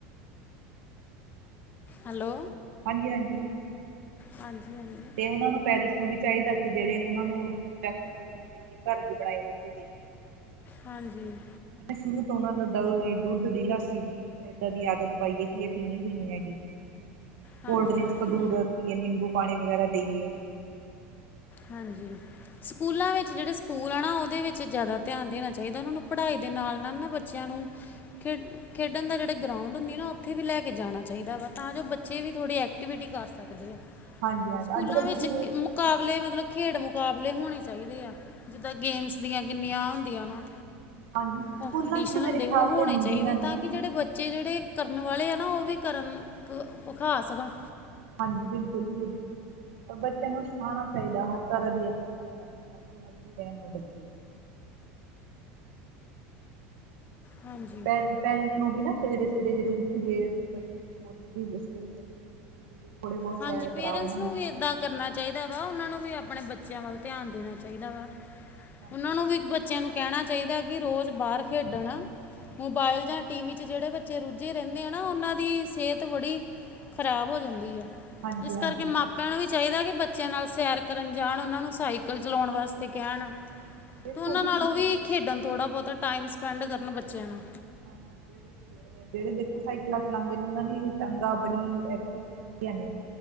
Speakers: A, on the left; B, on the right.
A: ਹੈਲੋ
B: ਹਾਂਜੀ-ਹਾਂਜੀ।
A: ਹਾਂਜੀ-ਹਾਂਜੀ
B: ਓਨਾ ਨੂੰ ਪੇਰੈਂਟਸ ਨੂੰ ਵੀ ਚਾਈਦਾ ਕਿ ਜੇੜੇ ਉਹਨਾਂ ਨੂੰ ਜੰਕ ਫੂਡ ਨਾ ਦੇਈਏ। ਕਾਰ ਦੀ ਬਣਾਈ ਰੋਟੀ ਦੇਈਏ।
A: ਹਾਂਜੀ
B: <unintelligible> ਸ਼ੁਰੂ ਤੋਂ ਉਹਨਾਂ ਨੂੰ ਦੀ, ਦੁੱਧ ਦੀ, ਲੱਸੀ ਦੀ ਏਦਾਂ ਦੀ ਆਦਤ ਪਾਈ ਏ ਕਿ ਏ ਪੀਣੀ-ਪੀਣੀ ਹੈਗੀ।
A: ਹਾਂਜੀ
B: ਕੋਲਡ ਡਰਿੰਕਸ
A: ਹਾਂਜੀ
B: ਤੋਂ ਦੂਰ ਰੱਖੀਏ ਨਿੰਬੂ ਪਾਨੀ ਵਗੈਰਾ ਦੇਈਏ।
A: ਹਾਂਜੀ ਸਕੂਲਾਂ ਵਿੱਚ ਜੇੜੇ ਸਕੂਲ ਆ ਨਾ ਉਦੇ ਵਿੱਚ ਜਾਦਾ ਧਿਆਨ ਦੇਣਾ ਚਾਈਦਾ ਉਨਾਂ ਨੂੰ ਪੜ੍ਹਾਈ ਦੇ ਨਾਲ-ਨਾਲ ਨਾ ਬੱਚਿਆਂ ਨੂੰ ਖੇਡ ਖੇਡਣ ਦਾ ਜੇੜਾ ਗਰਾਉਂਡ ਹੁੰਦੀ ਨਾ ਉੱਥੇ ਵੀ ਲੈ ਕੇ ਜਾਣਾ ਚਾਈਦਾ ਵਾ ਤਾਂ ਜੋ ਬੱਚੇ ਵੀ ਥੋੜੀ ਐਕਟੀਵਿਟੀ ਕਰ ਸਕਦੇ ਐ।
B: ਹਾਂਜੀ ਹਾਂਜੀ
A: ਸਕੂਲਾਂ
B: ਅੱਜ ਕੱਲ੍ਹ
A: ਵਿੱਚ
B: ਤੁਸੀਂ ਵੇ
A: ਮੁਕਾਬਲੇ ਮਤਲਬ ਖੇਡ ਮੁਕਾਬਲੇ ਹੋਣੇ ਚਾਈਦੇ ਆ। ਜਿੱਦਾਂ ਗੇਮਸ ਦੀਆਂ ਕਿੰਨੀਆਂ ਹੁੰਦੀਆਂ ਵਾ।
B: ਹਾਂਜੀ ਸਕੂਲਾਂ
A: ਕੰਪੀਟੀਸ਼ਨ
B: ਚ ਤਾਂ ਮੇਰੇ
A: ਹੁੰਦੇ
B: ਖਿਆਲ
A: ਓਹ ਹੋਣੇ
B: ਤੇ ਹੁੰਦੀਆਂ
A: ਚਾਈਦੇ
B: ਨੇ
A: ਤਾਂ ਕਿ ਜੇੜੇ ਬ ਬੱਚੇ ਜੇੜੇ ਕਰਨ ਵਾਲੇ ਆ ਨਾ ਉਹ ਵੀ ਕਰਨ ਵਖਾ ਸਕਨ।
B: ਹਾਂਜੀ ਬਿਲਕੁਲ ਜੀ ਬਿਲਕੁਲ ਔਰ ਬੱਚਿਆਂ ਨੂੰ ਸਿਖਾਉਣਾ ਚਾਈਦਾ ਹਰ ਤਰ੍ਹਾਂ ਦੀ ਐਕਟੀਵਿਟੀ ਕਰਨੀ ਬਾਕੀ ਹੈਲਦੀ ਰੇਨ ਉਹ ਬੱਚੇ।
A: ਹਾਂਜੀ
B: ਪ ਪੈਰੈਂਟਸ ਨੂੰ ਵੀ ਨਾ ਸਵੇਰੇ-ਸਵੇਰੇ ਜੇੜੇ ਉੱਠ ਗਏ ਬੱਚੇ ਨੂੰ ਬੋਲੇ ਸਵੇਰੇ ਜਲਦੀ ਤੁਸੀਂ ਥੋੜ੍ਹੇ ਬਹੲਤ
A: ਹਾਂਜੀ
B: ਸੈਰ
A: ਪੇਰੈਂਟਸ
B: ਕਰਾਓ ਉਨਾ ਨੂੰ।
A: ਵੀ ਇੱਦਾਂ ਕਰਨਾ ਚਾਈਦਾ ਵਾ ਉਨਾਂ ਨੂੰ ਵੀ ਆਪਣੇ ਬੱਚਿਆਂ ਵੱਲ ਧਿਆਨ ਦੇਣਾ ਚਾਈਦਾ ਵਾ
B: ਹਾਂਜੀ
A: ਉਹਨਾਂ ਨੂੰ ਵੀ ਬ ਚਿਆਂ ਨੂੰ ਕੇਣਾ ਚਾਈਦਾ ਕਿ ਰੋਜ਼ ਬਾਰ ਖੇਡਣ। ਮੋਬਾਇਲ ਜਾਂ ਟੀ ਵੀ ਚ ਜੇੜੇ ਬੱਚੇ ਰੁੱਝੇ ਰੇੰਦੇ ਆ ਨਾ ਉਨਾਂ ਦੀ ਸੇਹਤ ਬੜੀ ਖਰਾਬ ਹੋ ਜਾਂਦੀ ਐ
B: ਹਾਂਜੀ
A: ਇਸ
B: ਹਾਂਜੀ
A: ਕਰਕੇ ਮਾਪ ਪਿਆ ਨੂੰ ਵੀ ਚਾਈਦਾ ਕਿ ਬੱਚਿਆਂ ਨਾਲ ਸੈਰ ਕਰਨ ਜਾਣ, ਉਨਾਂ ਨੂੰ ਸਾਈਕਲ ਚਲਾਉਣ ਵਾਸਤੇ ਕੇਣ।
B: ਬਿਲਕੁਲ
A: ਤੇ ਓਨਾਂ
B: ਜੀ
A: ਨਾਲ
B: ਬਿਲਕੁਲ
A: ਉਹ ਵੀ ਖੇਡਣ ਥੋੜ੍ਹਾ ਬੋਤਾ ਟਾਈਮ ਸਪੈਂਡ ਕਰਨ ਬੱਚਿਆਂ ਨਾ।
B: ਹਾਂਜੀ <unintelligible> ਜੇੜੇ ਦੇਖੋ ਸਾਈਕਲਾਂ ਚਲਾਂਦੇ ਨੇ ਓਨਾਂ ਦੀ ਟੰਗਾਂ ਬੜੀ ਐਕਟਿਵ ਰਹਿੰਦੀਆਂ ਨੇ।